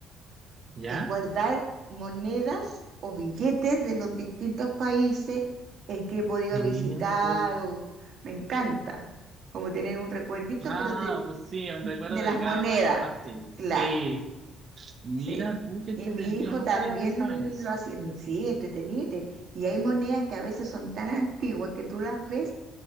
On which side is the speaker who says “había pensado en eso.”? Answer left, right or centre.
Right